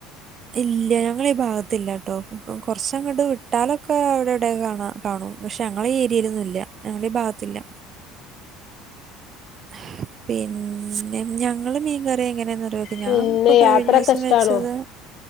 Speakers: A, on the right; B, on the left.
A: ഇല്ല ഞങ്ങളെ ഈ ഭാഗത്തില്ലാട്ടോ കൊറച്ചങ്ങോട്ട് വിട്ടാലൊക്കെ അവിടെ വടെ കാണാ കാണൂ പക്ഷെ ഞങ്ങളെ ഏരിയലൊന്നു ഇല്ല ഞങ്ങളുടെ ഈ ഭാഗത്തില്ല <inaudible> പിന്നെ ഞങ്ങള് മീൻകറി എങ്ങനെയന്ന് അറിവക്ക ഞാൻ
B: പിന്നെ
A: ഇപ്പൊ കഴിഞ്ഞ
B: യാത്രൊക്കെ
A: ദിവസം
B: ഇഷ്ടാണോ
A: വെച്ചത്